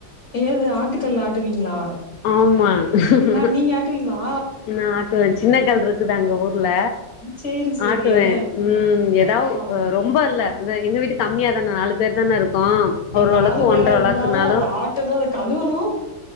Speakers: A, on the left (about 40°); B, on the left (about 70°).
A: ஏது ஆட்டுக்கல்ல ஆட்டுவீங்களா
B: ஆமா
A: யார் நீங்க ஆட்டுவீங்களா
B: நா ஆட்டுவே சின்ன கல் இருக்குது அங்க ஊர்ல
A: சேரி சேரி
B: ஆட்டுவே
A: ஆ
B: ம் ஏதாவ்
A: பா
B: ரொம்ப இல்ல அந்த எங்க வீட்டு கம்மியா தான நாலு பேர் தான இருக்கோ ஒரு
A: நாலு
B: வழக்கு
A: பேரா
B: ஒன்ற
A: இருந்தாலு
B: வழக்குனாலு
A: அத ஆட் ட்டானு அத கழுவனு